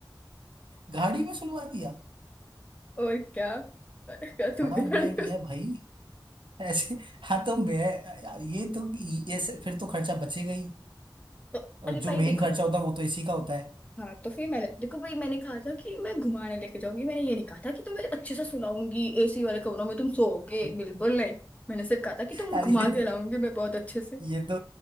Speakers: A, on the right; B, on the left.
A: गाड़ी में सुलवा दिया
B: <laughs> और क्या अरे क्या तुम
A: बड़ा
B: गाड़ी
A: अन्याय किया
B: में सो
A: है भाई ऐसे हाँ तो मैं यार ये तो ऐसे फिर तो खर्चा बचेगा ही
B: तो
A: और
B: अरे
A: जो
B: भाई
A: मेन
B: देखो
A: खर्चा होता है वो तो इसी का होता
B: हाँ तो फिर मैंने देखो भाई मैंने कहा था कि मैं घुमाने लेके जाऊंगी मैंने ये नहीं कहा था कि तुम्हें अच्छे से सुलाऊंगी एसी वाले कमरों में तुम सोओगे
A: है
B: बिल्कुल नहीं मैंने सिर्फ कहा था कि तुम
A: यार
B: घुमा
A: ये
B: के
A: तो
B: लाऊंगी मैं बहुत अच्छे से
A: ये तो